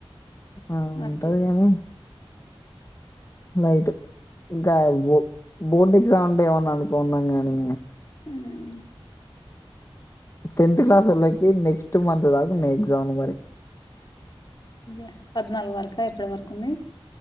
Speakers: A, on the left; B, on the left.
A: ఆ,
B: అట్లా
A: ఉంటది కానీ లైట్ ఇంకా బో బోటిక్స్ అ అంటే ఏమన్నా అనుకుందాం ని
B: ఉమ్
A: టెన్త్ క్లాస్ వాళ్కి నెక్స్ట్ మంత్ దాకా ఎక్జా మరి
B: అ పద్నాలుగు వరకు ఎప్పటి వరకు ఉన్నాయి